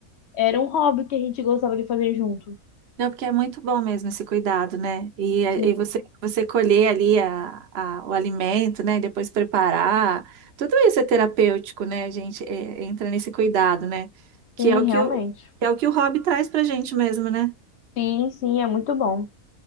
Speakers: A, on the left (about 50°); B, on the right (about 50°).
A: era um hobby que a gente gostava de fazer junto.
B: Não, porque é muito bom mesmo esse cuidado, né? E, eh,
A: Sim,
B: e você, você colher ali a, a- o alimento, né? E depois preparar. Tudo isso é terapêutico, né, gente? É- entra nesse cuidado, né? Que
A: sim,
B: é o que
A: realmente.
B: o, que é o que o hobby traz pra gente mesmo, né?
A: Sim, sim, é muito bom.